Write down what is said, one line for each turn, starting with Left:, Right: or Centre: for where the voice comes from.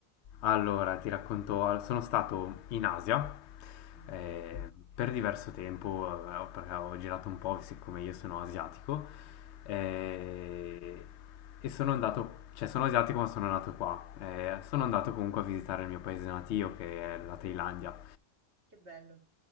Left: Allora, ti racconto, sono stato in Asia
Right: Mhm,
Left: eh, per diverso tempo, eh, perché ho girato un po', siccome io sono asiatico, eh, e sono andato, cioè sono asiatico ma sono nato qua. Eh, sono andato comunque a visitare il mio paese natio che è la Thailandia.
Right: Che bello.